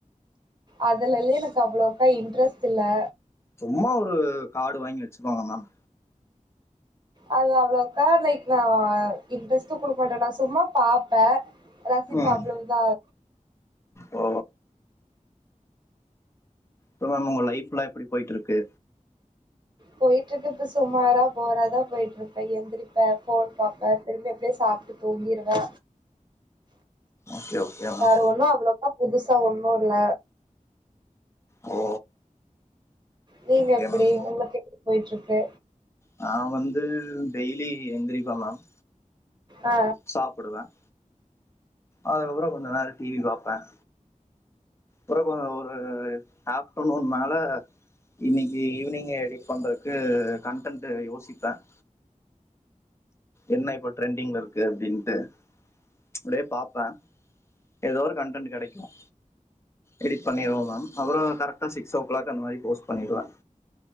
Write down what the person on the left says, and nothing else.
சும்மா ஒரு காடு வாங்கி வெச்சுக்கோங்க மேம்
ம்
ஓ <unintelligible> மேம் உங்க லைஃப்லாம் எப்படி போயிட்டு இருக்கு
ஓகே ஓகே மேம்
ஓ
ஓகே
மேம்
நான் வந்து டெய்லி எந்திரிப்ப மேம்
சாப்பிடுவேன் அதுக்கப்புறம் கொஞ்சம் நேரம் டிவி பார்ப்பேன் உறக்க ஒரு ஆஃப்டர்நூன் மேல இன்னைக்கு ஈவினிங்க எடி பண்ணுறக் து கன்டன்ட் யோசிப்பேன் என்ன இப்ப டரெண்டிங்ல இருக்கு அப்படின்ட்டு அப்படியே பார்ப்பேன் ஏதோ ஒரு கண்டன்ட் கெடைக்கும் எடிட் பண்ணிருவோம் மேம் அப்புறம் கரெக் சிக்ஸ் ஓ கிளாக் அந்த மாதிரி போஸ்ட் பண்ணிடுவேன்